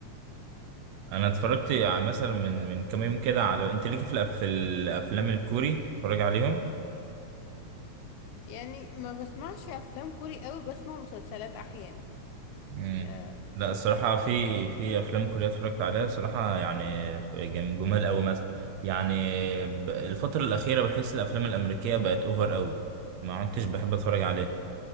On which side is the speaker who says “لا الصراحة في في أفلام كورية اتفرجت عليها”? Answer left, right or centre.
Right